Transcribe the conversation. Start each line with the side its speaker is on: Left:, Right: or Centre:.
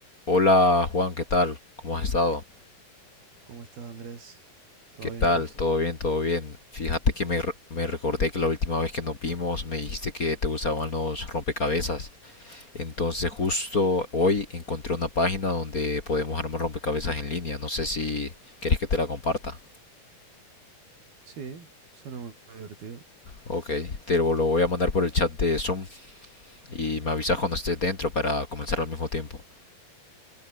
Left: Hola Juan, ¿qué tal? ¿Cómo has estado?
Right: ¿Cómo estás, Andrés? ¿Todo
Left: ¿Qué tal?
Right: bien vos?
Left: ¿Todo bien? ¿Todo bien? Fíjate que me, re- me recordé que la última vez que nos vimos me dijiste que te gustaban los rompecabezas. Entonces justo hoy encontré una página donde podemos armar rompecabezas en línea. No sé si quieres que te la comparta.
Right: Sí, suena muy, muy divertido.
Left: Ok, te lo lo voy a mandar por el chat de Zoom y me avisas cuando estés dentro para comenzar al mismo tiempo.